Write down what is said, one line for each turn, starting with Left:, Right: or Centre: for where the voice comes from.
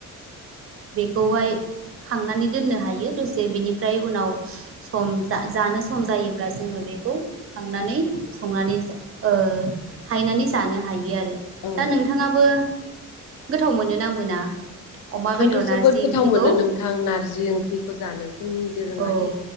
Right: बेखौहाय खांनानै दोननो हायो दसे बेनिफ्राय उनाव सम जानो सम जायोब्ला जोङो बे खौ खांनानै संनानै ओ हायनानै जानो हायो आरो
Left: औ
Right: दा नोंथाङाबो गोथाव मोनोना मोना अमा बेदर
Left: आंथ' जोबोद
Right: नारजि
Left: गोथाव
Right: ओंख्रिखौ
Left: मोनो नोंथां नारजि ओंख्रिखौ जानो जोंनि दोरोङारि
Right: औ